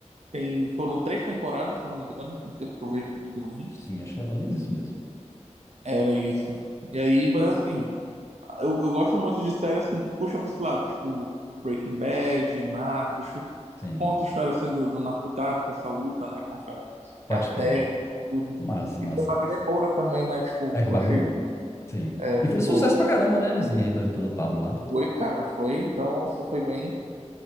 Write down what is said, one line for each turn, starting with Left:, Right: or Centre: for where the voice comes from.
Right: Tem... Foram três temporadas, se eu não me engano, tem tempo que eu vi, que eu vi.
Left: Sim, acho que é mais ou menos isso mesmo.
Right: Era isso. E aí, mas assim, eu, eu gosto muito de série assim que puxa pra esse lado, tipo Breaking Bad, Narcos, que
Left: Sim,
Right: conta a história assim, do, do narcotráfico, essa luta, né, contra
Left: pode
Right: cartéis,
Left: crer.
Right: tudo.
Left: Massa,
Right: E
Left: massa,
Right: tem o Wagner
Left: massa.
Right: Moura também, né? Tipo,
Left: É com
Right: eu
Left: o Wagner
Right: achei.
Left: Moura. Sim.
Right: É,
Left: E
Right: ficou.
Left: fez sucesso pra caramba, né? Assim, representando o Pablo lá.
Right: Foi, cara, foi. Então, assim, foi bem.